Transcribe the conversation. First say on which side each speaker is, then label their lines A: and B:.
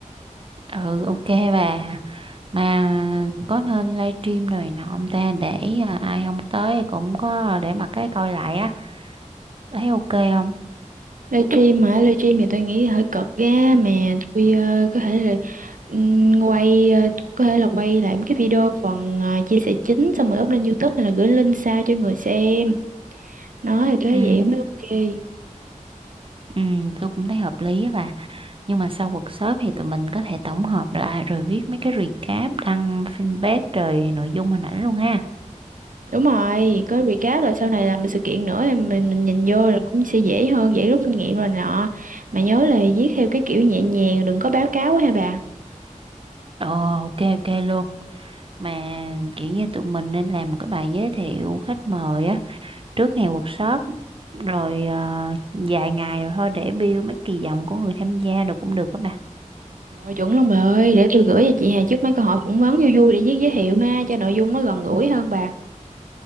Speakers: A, on the right; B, on the right.
A: ừ, ok bà mà có nên livestream rồi nọ ông ta để à, ai không tới cũng có để mà cái coi lại á thấy ok không
B: livestream hả livestream thì tôi nghĩ hơi cực ghê mà tôi ờ, có thể là ừm, quay ờ, tôi có thể là quay lại mấy cái video phần ờ, chia sẻ chính xong rồi up lên YouTube hay là gửi link sao cho người xem nói thì tôi
A: ừ
B: thấy vậy mới ok
A: ừ tôi cũng thấy hợp lý á bà nhưng mà sau workshop thì tụi mình có thể tổng hợp lại rồi viết mấy cái recap đăng fanpage rồi nội dung hình ảnh luôn ha
B: đúng rồi có recap là sau này làm sự kiện nữa thì mình, mình nhìn vô là cũng sẽ dễ hơn dễ rút kinh nghiệm rồi nọ mà nhớ là viết theo cái kiểu nhẹ nhàng đừng có báo cáo quá ha bà
A: ờ ok ok luôn mà kiểu như tụi mình nên làm một cái bài giới thiệu khách mời á trước ngày workshop rồi ờ, vài ngày rồi thôi để build mấy kỳ vọng của người tham gia được cũng được các bạn
B: Rồi chuẩn luôn bà ơi, để tôi gửi cho chị Hà trước mấy câu hỏi phỏng vấn vui vui để viết giới thiệu ha, cho nội dung nó gần gũi hơn bà.